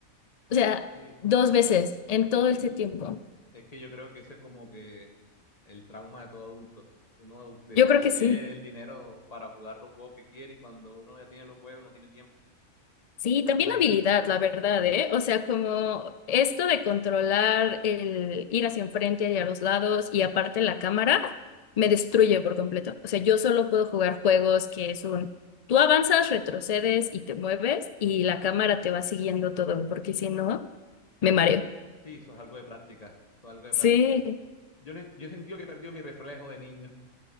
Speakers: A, on the left; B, on the left.
A: o sea,
B: Sí,
A: dos veces en todo
B: y
A: ese tiempo.
B: es que yo creo que ese es como que el trauma de todo adulto. Uno desea
A: Yo creo
B: tener
A: que sí.
B: el dinero para jugar los juegos que quiere y cuando uno ya tiene los juegos no tiene tiempo.
A: Sí, también
B: Imagínate,
A: habilidad, la verdad, ¿eh? O sea, como esto de controlar el ir hacia enfrente y a los lados y aparte la cámara, me destruye por completo. O sea, yo solo puedo jugar juegos que es un, tú avanzas, retrocedes y te mueves y la cámara te va siguiendo todo, porque si no, me mareo.
B: sí, eso es algo de práctica, eso es algo de
A: Sí.
B: práctica. Yo, ne- yo he sentido que he perdido mi reflejo de niño,